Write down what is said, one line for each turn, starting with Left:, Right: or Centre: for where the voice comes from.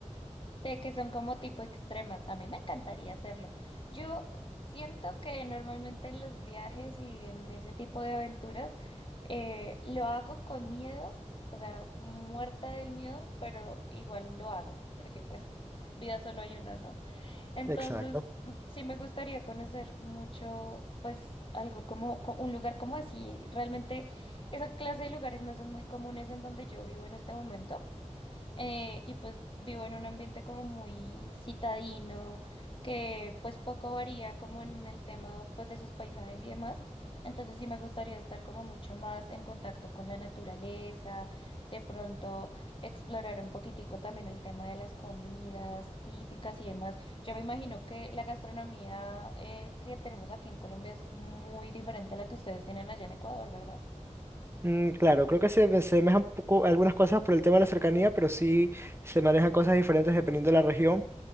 Left: de que son como tipo extremas. A mí me encantaría hacerlo. Yo siento que normalmente en los viajes y en ese tipo de aventuras eh, lo hago con miedo, o sea, muerta del miedo, pero igual lo hago, porque pues vida solo hay una, ¿no? Entonces,
Right: Exacto.
Left: mm, sí me gustaría conocer mucho, pues algo como co- un lugar como así. Realmente esa clase de lugares no son muy comunes en donde yo vivo en este momento eh, y pues vivo en un ambiente como muy citadino, que pues poco varía como en el tema pues de sus paisajes y demás. Entonces sí me gustaría estar como mucho más en contacto con la naturaleza, de pronto explorar un poquitico también el tema de las comidas típicas y demás. Yo me imagino que la gastronomía eh, que tenemos aquí en Colombia es muy diferente a la que ustedes tienen allá en Ecuador, ¿verdad?
Right: Mm, claro, creo que se me un poco algunas cosas por el tema de la cercanía, pero sí se manejan cosas diferentes dependiendo de la región.